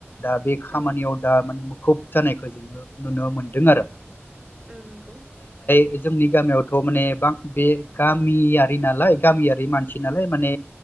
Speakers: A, on the left; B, on the right.
A: दा बे खामानियाव
B: औ
A: दा माने खुब जानायखौ जोंङो नुनो मोनदों आरो
B: औ नंगौ।
A: बे जोंनि गामियाव बेखौ माने बा बे गामियारि नालाय गामियारि मानसि नालाय माने